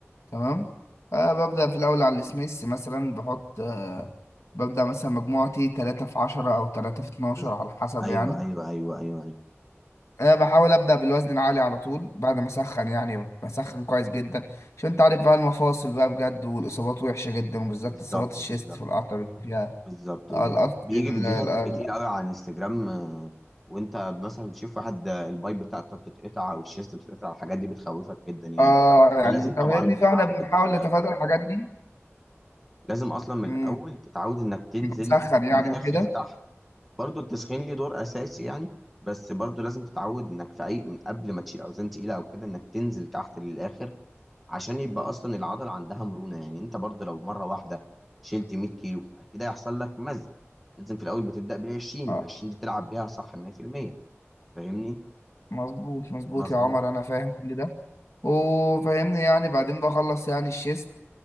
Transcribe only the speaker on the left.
تمام آه ببدا في الاول على السميث مثلا بحط آه ببدا مثلا مجموعتي 3 في 10 او 3 في 12
على حسب
يعني
آه بحاول ابدا بالوزن العالي على طول بعد ما اسخن يعني بسخن كويس جدا عشان انت عارف بقى المفاصل بقى بجد والاصابات وحشه جدا وبالذات
اصابات الشيست
في القطع بيبقى فيها
آه، القط-
ال-
ال-
اه يعني
انت فاهمني
فاحنا بنحاول
نتفادى الحاجات دي
امم
نسخن يعني
وكده
اه
مظبوط مظبوط
يا عمر انا فاهم كل ده وفاهمني يعني بعدين بخلص يعني الشيست